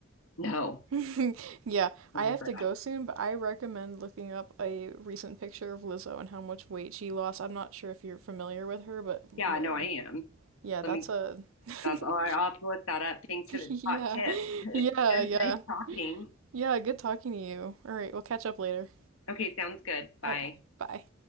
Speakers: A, on the left; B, on the right.
A: No.
B: <laughs> Yeah, I
A: Over
B: have
A: her.
B: to go soon, but I recommend looking up a recent picture of Lizzo and how much weight she lost. I'm not sure if you're familiar with her, but
A: Yeah,
B: man,
A: no, I am.
B: yeah, that's
A: Let me,
B: a <laughs>
A: that's all. I'll have to look that up. Thanks for the
B: yeah.
A: hot tip. <laughs>
B: Yeah,
A: It
B: yeah.
A: was nice talking.
B: Yeah, good talking to you. All right, we'll catch up later.
A: Okay, sounds good.
B: Okay,
A: Bye.
B: bye.